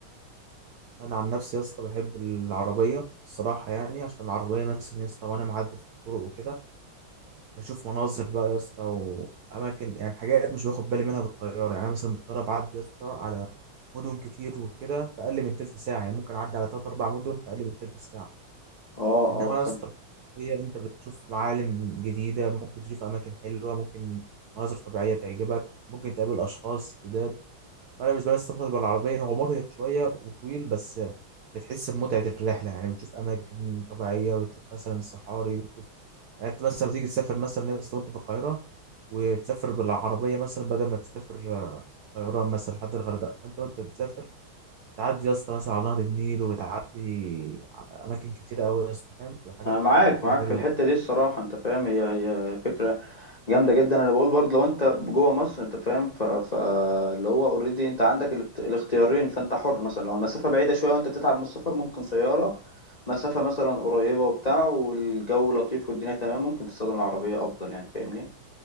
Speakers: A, on the right (about 70°); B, on the left (about 65°).
A: انا عن نفسي يا اسطى بحب العربيه الصراحه يعني عشان العربيه مثلا يا اسطى وانا معدي في الطرق وكده بشوف مناظر بقى يا اسطى واماكن يعني حاجات مش باخد بالي منها بالطياره يعني انا مثلا بالطياره بعدي يا اسطى على مدن كتير وكده في اقل من تلت ساعه يعني ممكن اعدي على تلات اربع مدن في اقل من تلت ساعه
B: اه
A: انما
B: اه فاهم
A: يا اسطى هي انت بتشوف معالم جديده ممكن تشوف اماكن حلوه ممكن مناظر طبيعيه تعجبك ممكن تقابل اشخاص جداد فانا بالنسبه لي السفر بالعربيه هو مرهق شويه وطويل بس بتحس بمتعه الرحله يعني بتشوف اماكن طبيعيه وتشوف مثلا الصحاري بتشوف يعني انت مثلا بتيجي تسافر مثلا يا اسطى وانت في القاهره وتسافر بالعربيه مثلا بدل ما تسافر طيران مثلا لحد الغردقه انت وانت بتسافر تعدي يا اسطى مثلا على نهر النيل وتعدي على اماكن كتيره قوي يا اسطى فاهم بتبقى حاجات
B: انا معاك
A: بتبقى حاجه
B: معاك
A: حلوه
B: في الحتة دي الصراحة انت فاهم هي هي فكرة جامدة جدا انا بقول برضو لو انت جوه مصر انت فاهم ف... فاللي هو اوريدي انت عندك الاخت- الاختيارين فانت حر مثلا لو المسافة بعيدة شوية وانت بتتعب من السفر ممكن طيارة مسافة مثلا قريبة وبتاع والجو لطيف والدنيا تمام ممكن تستخدم العربية افضل يعني فاهمني